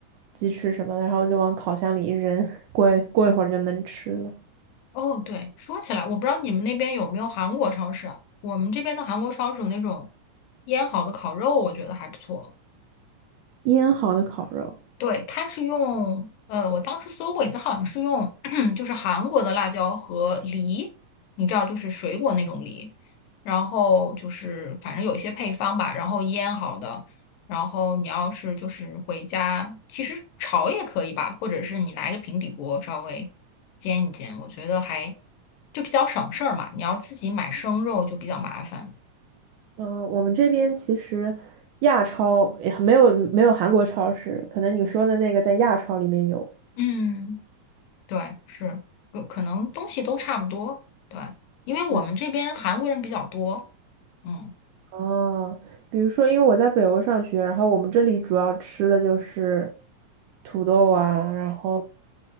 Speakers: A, on the right; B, on the left.
A: 鸡翅什么的，然后就往烤箱里一扔，<laughs> 过一过一会儿就能吃了。
B: 哦，对，说起来，我不知道你们那边有没有韩国超市啊？我们这边的韩国超市有那种腌好的烤肉，我觉得还不错。
A: 腌好的烤肉，
B: 对，它是用，呃，我当时搜过一次，好像是用 <clears throat>，就是韩国的辣椒和梨，你知道，就是水果那种梨，然后就是反正有一些配方吧，然后腌好的，然后你要是就是回家，其实炒也可以吧，或者是你拿一个平底锅稍微煎一煎，我觉得还就比较省事儿嘛，你要自己买生肉就比较麻烦，
A: 嗯、我们这边其实亚超也没有没有韩国超市，可能你说的那个在亚超里面有。
B: 嗯。对，是，可可能东西都差不多。对，因为我们这边韩国人比较多，
A: 对，
B: 嗯，
A: 哦，比如说，因为我在北欧上学，然后我们这里主要吃的就是土豆啊，然后